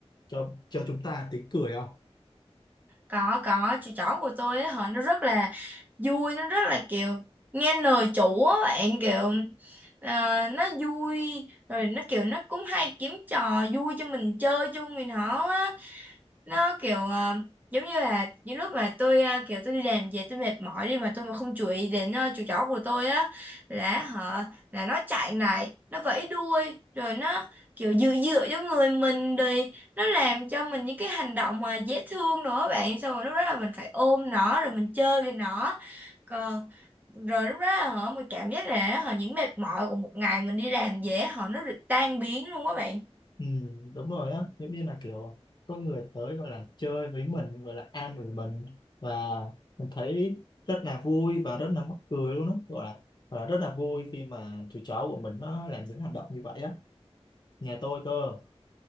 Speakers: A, on the left (about 40°); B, on the right (about 15°).
A: cho cho chúng ta tiếng cười không
B: có có chú chó của tôi ấy hả nó rất là vui nó rất là kiểu nghe lời chủ á bạn kiểu ờ, nó vui rồi nó kiểu nó cũng hay kiếm trò vui cho mình chơi chung mình họ á nó kiểu ờ, giống như là những lúc mà tôi ờ, kiểu tôi đi làm về tôi mệt mỏi đi mà tôi mà không chú ý đến ờ, chú chó của tôi á là họ là nó chạy lại nó vẫy đuôi rồi nó kiểu dựa dựa cho người mình rồi nó làm cho mình những cái hành động mà dễ thương nữa bạn xong rồi lúc đó là mình phải ôm nó rồi mình chơi với nó còn rồi lúc đó là họ mình cảm giác là họ những mệt mỏi của một ngày mình đi làm dễ họ nó được tan biến luôn á bạn
A: Ừ, đúng rồi á giống như là kiểu có người tới gọi là chơi với mình gọi là an ủi mình và mình thấy rất là vui và rất là mắc cười luôn á gọi là, gọi là rất là vui khi mà chú chó của mình nó làm những hành động như vậy á nhà tôi cơ